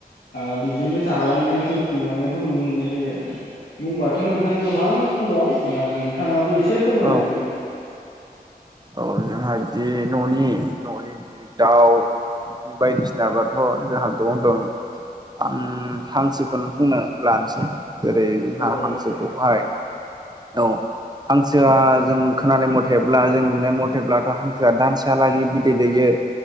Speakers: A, on the left; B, on the right.
A: ओ बेजोंनो जालांनाय जिउ खुंलांनायखौ नुनो मोनोदो बुंबाथ' नोंथां गोबां दं ओ नोंथाङाबो ए एसे फोरमायलांदो
B: औ
A: दे। <inaudible>
B: औ जोंहा बिदि न'नि न'नि दाउ बिदिनो बायदिसिनाबाथ' जोंहा गोनो दं आं हांसोखौनो बुंनो लानोसै। जेरै जोंहा
A: औ
B: हांसोखौहाय
A: नोंथां
B: औ हांसोआ जों खोनानाय मथायेब्ला जों नाय मथेब्लाथ' हांसोआ दानसेहा लागै बिदै दैयो